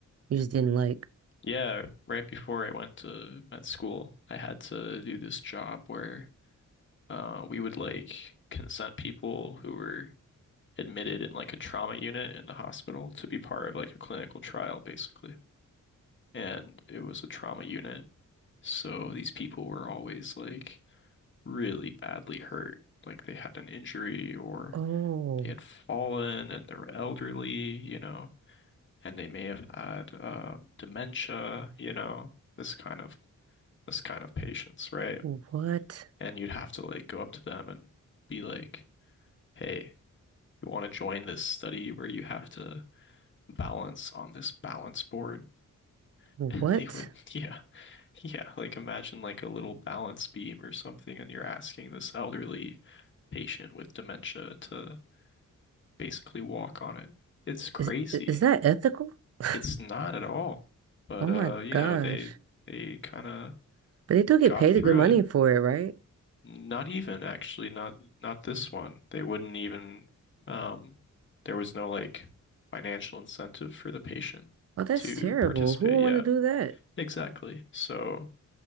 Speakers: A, on the right; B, on the left.
A: you just didn't like?
B: Yeah, right before I went to med school, I had to do this job where uh, we would like consent people who were admitted in like a trauma unit in the hospital to be part of like a clinical trial, basically. And it was a trauma unit. So these people were always like really badly hurt. Like they had an injury or
A: Oh,
B: they had fallen and they were elderly, you know. and they may have had uh, dementia, you know, this kind of this kind of patients, right?
A: what?
B: And you'd have to like go up to them and be like, "Hey, you want to join this study where you have to balance on this balance board?" <laughs>
A: What?
B: And they would, <laughs> yeah, yeah, like imagine like a little balance beam or something, and you're asking this elderly patient with dementia to basically walk on it. It's crazy.
A: Is i- is that ethical?
B: It's
A: <laughs>
B: not at all. But
A: Oh my
B: uh, you
A: gosh.
B: know, they they kind of
A: But they do get
B: got
A: paid
B: through
A: a good money
B: it.
A: for it, right?
B: Not even actually, not not this one. They wouldn't even um there was no like financial incentive for the patient
A: Oh, that's
B: to
A: terrible.
B: participate.
A: Who would
B: Yeah,
A: want to do that?
B: exactly. So